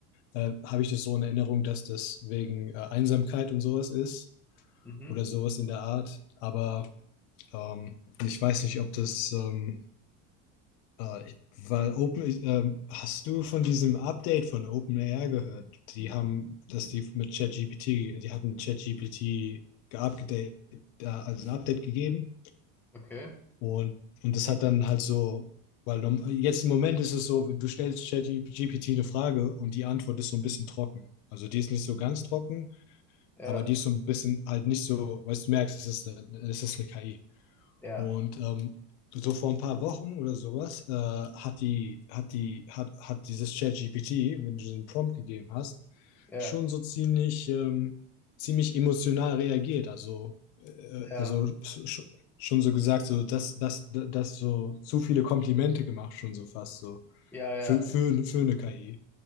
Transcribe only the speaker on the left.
äh, habe ich das so in Erinnerung, dass das wegen äh, Einsamkeit und sowas ist
oder sowas in der Art. Aber ähm, ich weiß nicht, ob das, ähm, äh, ich- weil Open, ähm, hast du von diesem Update von OpenAI gehört? Die haben, dass die mit ChatGPT, die hatten ChatGPT geupdatet, äh, also ein Update gegeben
Und, und das hat dann halt so, weil norm- jetzt im Moment ist es so, du stellst ChatGPT eine Frage und die Antwort ist so ein bisschen trocken. Also die ist nicht so ganz trocken,
aber die ist so ein bisschen halt nicht so, weißt du, merkst, es ist eine, es ist eine KI.
Und ähm, so vor ein paar Wochen oder sowas äh, hat die, hat die, hat, hat dieses ChatGPT, wenn du den Prompt gegeben hast,
schon so ziemlich, ähm, ziemlich emotional reagiert. Also, äh,
also sch- schon so gesagt, so dass, dass, dass so zu viele Komplimente gemacht, schon so fast so.
Für, für, für eine KI.